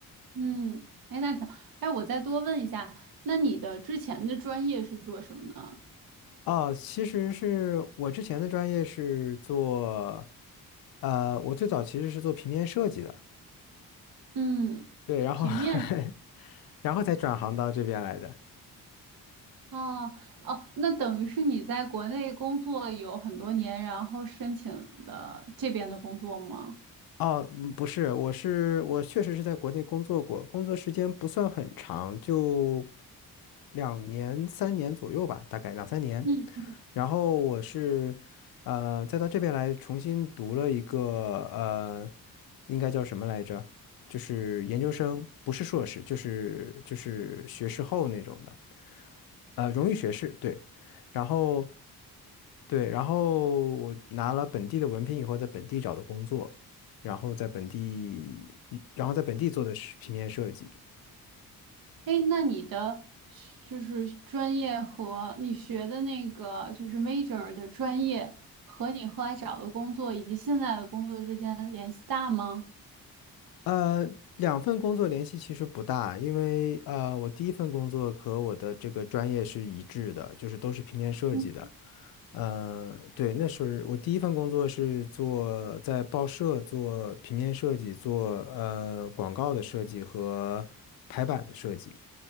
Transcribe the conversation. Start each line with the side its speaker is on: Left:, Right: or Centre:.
Right: 嗯，嗯哎，那挺，哎，我再多问一下，那你的之前的专业是做什么呢？
Left: 哦，其实是我之前的专业是做呃，我最早其实是做平面设计的。
Right: 嗯，
Left: 对，然后
Right: 平面。
Left: <laughs> 然后才转行到这边来的。
Right: 哦哦，那等于是你在国内工作有很多年，然后申请了这边的工作吗？
Left: 哦，嗯不是，我是我确实是在国内工作过，工作时间不算很长，就两年三年左右吧，大概两三年。
Right: 嗯，
Left: 然后我是呃，再到这边来重新读了一个呃，应该叫什么来着？就是研究生，不是硕士，就是就是学士后那种的。呃，荣誉学士，对，然后对，然后我拿了本地的文凭以后，在本地找的工作，然后在本地，然后在本地做的是平面设计。
Right: 哎，那你的学就是专业和你学的那个就是 major 的专业和你后来找的工作以及现在的工作之间联系大吗？
Left: 呃，两份工作联系其实不大，因为呃，我第一份工作和我的这个专业是一致的，就是都是平面设计的。
Right: 嗯
Left: 嗯、对，那是我第一份工作是做在报社做平面设计，做呃广告的设计和排版的设计。